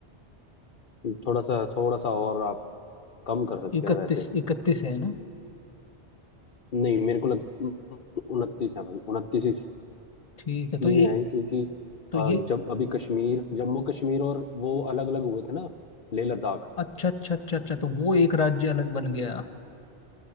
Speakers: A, on the left; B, on the left.
A: है थोड़ा सा थोड़ा सा और आप कम कर सकते
B: इकतीस
A: हैं वैसे
B: इकतीस है ना
A: नहीं मेरे को लग उनतीस है भाई उनतीस
B: ठीक है तो
A: इसलिए
B: ये
A: है क्योंकि
B: तो
A: अ,
B: ये
A: जब अभी कश्मीर जम्मू कश्मीर और वो अलग अलग हुए थे ना लेह लद्दाख
B: अच्छा अच्छा अच्छा अच्छा तो वो एक राज्य अलग बन गया